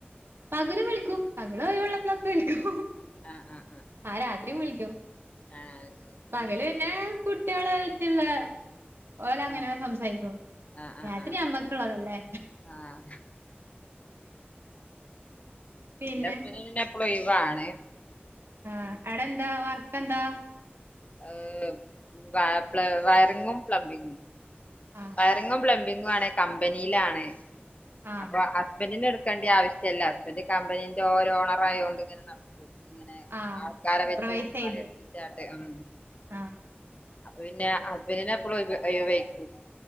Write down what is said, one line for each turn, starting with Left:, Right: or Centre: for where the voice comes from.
Right: പകലും വിളിക്കും പകല് ഒഴിവ്ള്ളപ്പ്ളൊക്കെ വിളിക്കും
Left: ആഹ് ആഹ്
Right: ആഹ് രാത്രിം വിളിക്കും
Left: ആഹ് ശരി
Right: പകല് പിന്നെ കുട്ട്യാളേറ്റ്ള്ള ഓലങ്ങനെ
Left: ആഹ്
Right: സംസാരിക്കും
Left: ആഹ് ആഹ്
Right: രാത്രി
Left: ആഹ്
Right: ഞമ്മക്ക്ള്ളതല്ലേ
Left: ആഹ്
Right: പിന്നെ
Left: എന്റെ ഹസ്ബൻഡിന് പിന്നെ എപ്പളും ഒഴ് വാണ്
Right: ആഹ് അടെ എന്താ വർക്ക്‌ എന്താ
Left: അഹ് വ പ്ലെ വയറിങ്ങും പ്ലംബിങ്ങും
Right: ആഹ്
Left: വയറിങ്ങും പ്ലമ്പിങ്ങും ആണ് കമ്പനിയിലാണ്
Right: ആഹ്
Left: അപ്പ ഹസ്ബന്റിനെട് ക്കെണ്ടിയെ ആവശ്യല്ല ഹസ്ബന്റ് കമ്പനിന്റെ ഓര് ഓണറായോണ്ട് ഇങ്ങനെ നട ഇങ്ങനെ
Right: ആഹ്
Left: ആൾക്കാരെ
Right: സൂപ്പർവൈസ്
Left: വെച്ച്
Right: ചെയ്ത്
Left: പണിയിടിപ്പിച്ചാട്ട് ഉം
Right: ആഹ്
Left: അപ്പ പിന്നെ ഹസ്ബന്റിന് എപ്പളും ഒഴിവ് ഒഴ് വേയ്ക്കും